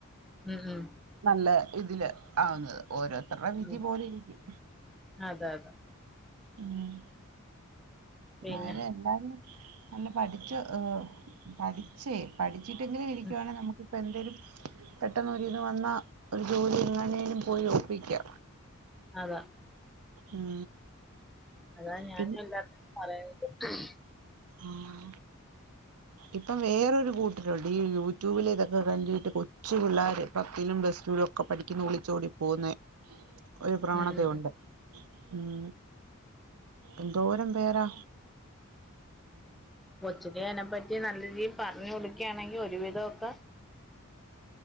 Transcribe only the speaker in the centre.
ഉം ഉം
ഉം
അതെ അതെ
പിന്നെ
ഉം
അതാ
അതാ ഞാൻ
എല്ലാ <inaudible> പറയ ഓക്കെ <unintelligible>
ഉം
ചൂടി അതിനെപ്പറ്റി നല്ല രീയിൽ പറഞ്ഞു കൊടുക്കുകയാണെങ്കി ഒരുവിധവൊക്ക